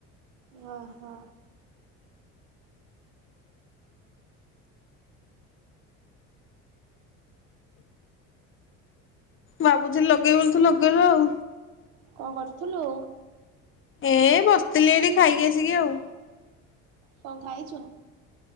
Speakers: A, on the right (about 75°); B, on the left (about 35°).
A: ଓ ହୋ
B: ଭାବୁଥିଲି ଲଗେଇବି ବୋଲି ତୁ ଲଗେଇଲୁ ଆଉ।
A: କଣ କରୁଥିଲୁ?
B: ଏ ବସିଥିଲି ଏଠି ଖାଇକି ଆସିକି ଆଉ।
A: କଣ୍ ଖାଇଛୁ?